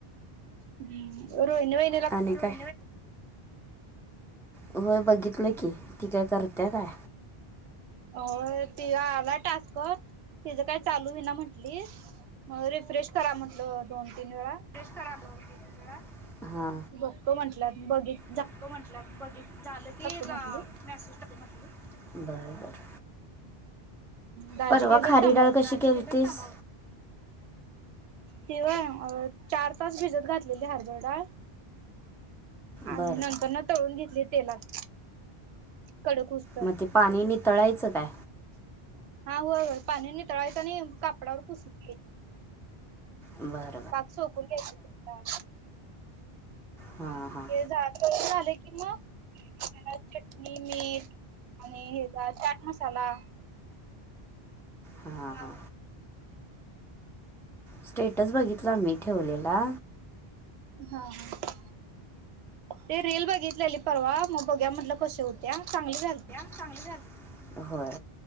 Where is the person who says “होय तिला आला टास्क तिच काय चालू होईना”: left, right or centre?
Right